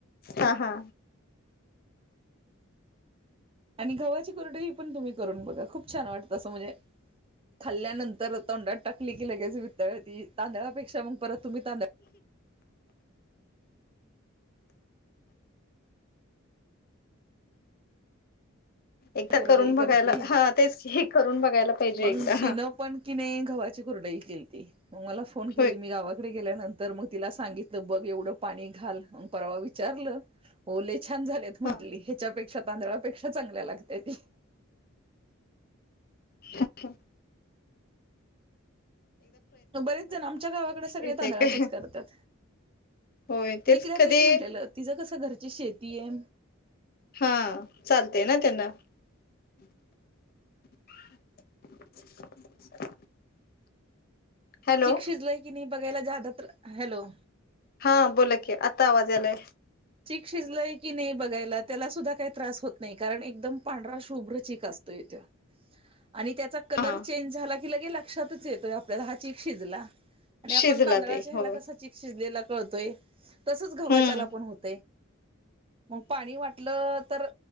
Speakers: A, on the left (about 45°); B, on the right (about 25°).
A: हा हा.
B: आणि गव्हाची कुरडई पण तुम्ही करून बघा. खूप छान वाटत. तस म्हणजे खाल्ल्यानंतर तोंडात टाकली की, लगेच विर घळती तांदळापेक्षा, मग परत तुम्ही तांदळा
A: एकदा
B: कुरडई
A: करून
B: करती,
A: बघायला हा तेच हे करून बघायला पाहिजे
B: मग
A: एकदा
B: तिनं
A: हा
B: पण कि नाही गव्हाची कुरडई केलती म मला फोन केली,
A: होय
B: मी गावाकडे गेल्यानंतर तर मग तिला सांगितलं, बघ एवढं पाणी घाल म परवा विचारलं हो लई छान! झालेत म्हंटली
A: हा
B: ह्याच्यापेक्षा तांदळापेक्षा चांगल्या लागल्या. <unintelligible>
A: अच्छा!
B: बरेच जण आमच्या गावाकडे सगळे
A: येते
B: तांदळाचेच
A: काय
B: करत्यात.
A: होय
B: मी तिला
A: कधी
B: तेच म्हंटलेलं तिचं कसं घरची शेती आहे.
A: हा चालतय ना त्यांना. <unintelligible> हॅलो
B: चिक शिजलाय की नाही, बघायला ज्यादा तर हॅलो!
A: हा बोला की, आता आवाज यालाय.
B: चीक शिजलाय की नाही बघायला त्याला सुद्धा काही त्रास होत नाही, कारण एकदम पांढरा शुभ्र चीक असतो. तोय तो.
A: <inaudible>
B: आणि त्याचा कलर
A: हा
B: चेंज झाला की, लगे लक्षातच येतोय आपल्याला हा चीक शिजला. आणि आपण
A: शिजला
B: तांदळा
A: ते
B: ह्याला
A: हो
B: कसा चीक शिजलेला कळतोय, तसच गव्हाच्याला
A: हम्म
B: पण होतो. मग पाणी वाटलं तर